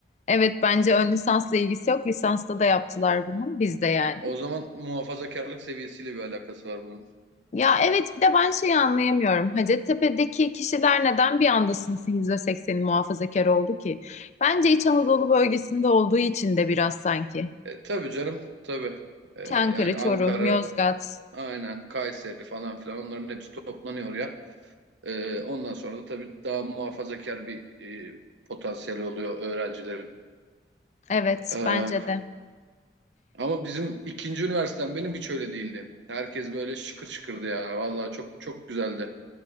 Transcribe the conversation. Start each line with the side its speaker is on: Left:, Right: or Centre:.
Left: Evet bence ön lisansla ilgisi yok. Lisansta da yaptılar bunu bizde yani.
Right: O zaman muhafazakarlık seviyesiyle bir alakası var bunun.
Left: Ya evet bir de ben şeyi anlayamıyorum. Hacettepe'deki kişiler neden bir anda sınıfın %80'i muhafazakar oldu ki? Bence İç Anadolu bölgesinde olduğu için de biraz sanki.
Right: E, tabii canım tabii. E,
Left: Çankırı,
Right: yani Ankara
Left: Çorum, Yozgat.
Right: aynen Kayseri falan filan onların hepsi toplanıyor ya. E, ondan sonra da tabii daha muhafazakar bir e, potansiyeli oluyor öğrencilerin.
Left: Evet
Right: E,
Left: bence de.
Right: Ama bizim ikinci üniversitem benim hiç öyle değildi. Herkes böyle şıkır şıkırdı ya. Vallahi çok çok güzeldi.